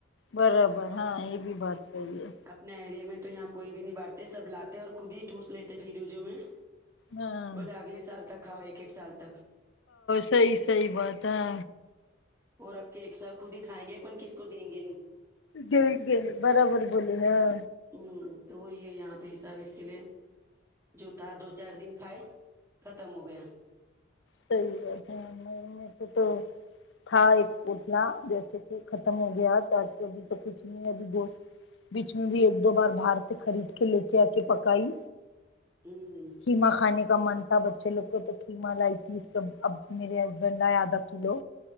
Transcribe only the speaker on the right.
اپنا ایریے میں تو یہاں کوئی بھی نہیں بانٹتے سب لاتے اور خود ہی ٹھس لیتے فریوجو میں
بولے اگلے سال تک کھاؤ ایک ایک سال تک
وہ رکھ کے ایک سال خود ہی کھائیں گے پن کس کو دیں گے نہیں
ہوں تو وہی ہے یہاں پہ حساب اس کے لیے جو تھا دو چار دن کھائی ختم ہو گیا
امم